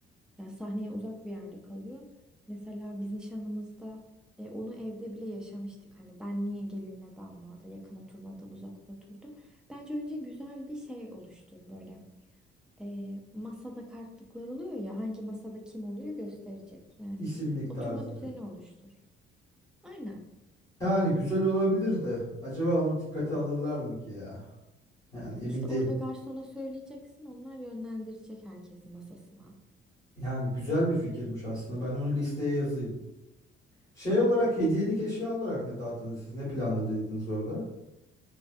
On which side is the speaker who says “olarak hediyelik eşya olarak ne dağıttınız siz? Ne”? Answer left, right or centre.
Left